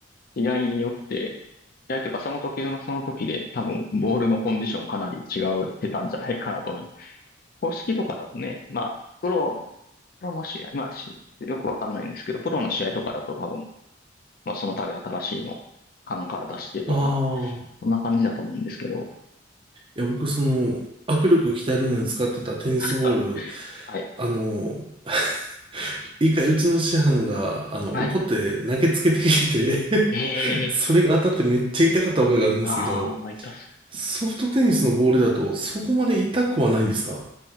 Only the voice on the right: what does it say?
ああい
や、僕その、握力鍛えるのに使ってたテニスボール、
あの、<laughs> 一回うちの師範が、あの、
怒って投げつけてきて
<laughs> それが当たってめっちゃ痛かった覚えがあるんですけど、
ソフトテニスのボールだとそこまで痛くはないんですか